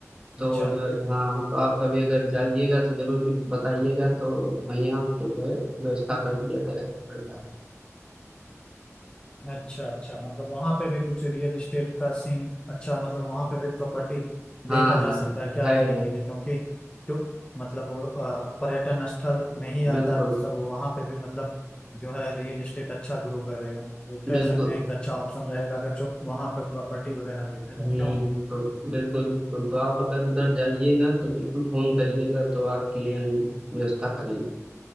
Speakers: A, on the right (about 15°); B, on the left (about 20°).
A: तो
B: अच्छा
A: जो हाँ तो आप कभी अगर जाइएगा तो जरूर भी बताइएगा तो वहीं आपको जो है व्यवस्था कर दिया जाएगा
B: अच्छा अच्छा मतलब वहां पे भी कुछ रियल एस्टेट का सीन अच्छा मतलब वहां पे भी प्रॉपर्टी
A: हाँ
B: देखा
A: हाँ
B: जा सकता है क्या
A: है
B: लेने के
A: है
B: लिए क्योंकि तो मतलब वो अ, पर्यटन स्थल में ही
A: बिल्कुल
B: आता है वो सब वहां पे भी मतलब जो है रियल एस्टेट अच्छा ग्रो करेगा तो कह
A: बिल्कुल
B: सकते हैं एक अच्छा ऑप्शन रहेगा अगर जो वहां पे प्रॉपर्टी वगैरह देखेगा
A: हम्म
B: क्यों
A: तो बिल्कुल बिल्कुल तो आप अगर उधर जाइएगा तो बिल्कुल फोन करिएगा तो आपके लिए हम व्यवस्था करेंगे